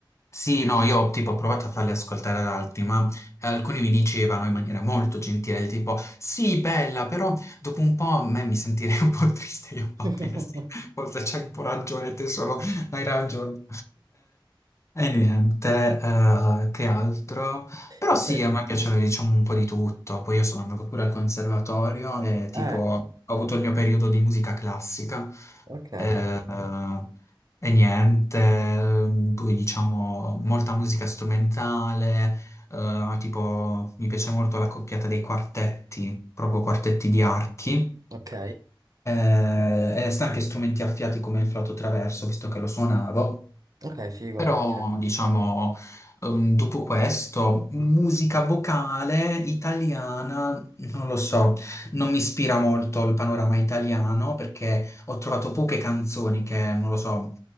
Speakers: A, on the left (about 35°); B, on the right (about 45°).
A: Sì, no, io tipo ho provato a farle ascoltare ad altri, ma eh, alcuni mi dicevano in maniera molto gentile, tipo, sì, bella, però dopo un po' a me mi sentirei <laughs> un po' triste, io va
B: <laughs>
A: bene, sì, forse c'hai un po' ragione, te solo hai ragione. E niente, eh, che altro? Però
B: Ma
A: sì,
B: perché?
A: a me piaceva, diciamo, un po' di tutto, poi io sono andato pure al conservatorio e tipo
B: Eh,
A: ho avuto il mio periodo di musica classica.
B: ok,
A: Eh, e niente, ehm, poi diciamo molta musica strumentale, eh, tipo mi piace molto la coppiata dei quartetti, proprio quartetti di archi,
B: ok,
A: eh, e sta anche strumenti affiati come il flauto traverso, visto che lo suonavo.
B: ok, figo.
A: Però,
B: Eh,
A: diciamo, ehm, dopo questo, musica vocale italiana, non lo so, non mi ispira molto il panorama italiano perché ho trovato poche canzoni che, non lo so,